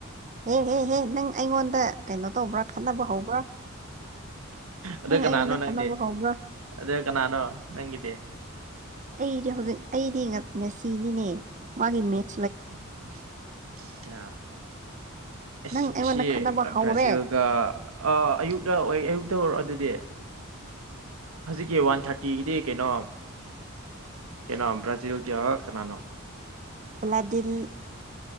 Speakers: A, on the right; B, on the right.
A: ꯑꯦꯍꯦꯍꯦꯍ ꯅꯪ ꯑꯩꯉꯣꯟꯗ ꯀꯩꯅꯣ ꯇꯧꯕ꯭ꯔꯥ ꯈꯠꯅꯕ ꯍꯧꯕ꯭ꯔꯥ
B: ꯑꯗꯣ
A: ꯅꯪ
B: ꯀꯅꯥꯅꯣ
A: ꯑꯩꯉꯣꯟꯗ
B: ꯅꯪꯗꯤ
A: ꯈꯠꯅꯕ ꯍꯧꯕ꯭ꯔꯥ
B: ꯑꯗꯣ ꯀꯅꯥꯅꯣ ꯅꯪꯒꯤꯗꯤ
A: ꯑꯩꯗꯤ ꯍꯧꯖꯤꯛ ꯑꯩꯗꯤ ꯉꯁꯤꯅꯤꯅꯦ ꯃꯥꯒꯤ ꯃꯤꯠ
B: ꯑ <unintelligible> ꯑꯁ
A: ꯅꯪ
B: ꯉꯥꯁꯤ
A: ꯑꯩꯉꯣꯟꯗ ꯈꯟꯅꯕ ꯍꯧꯔꯦ
B: ꯕ꯭ꯔꯥꯖꯤꯜꯒ ꯑ ꯑꯌꯨꯛꯔꯥ ꯑꯌꯨꯛꯇ ꯑꯣꯏꯔꯦ ꯑꯗꯨꯗꯤ‍ ꯍꯧꯖꯤꯛꯀꯤ ꯋꯥꯟ ꯊꯥꯔꯇꯤꯒꯤꯗꯤ ꯀꯩꯅꯣ ꯀꯩꯅꯣ ꯕ꯭ꯔꯥꯖꯤꯜꯒꯥ ꯀꯅꯥꯅꯣ
A: ꯕ꯭ꯂꯥꯗꯤꯜ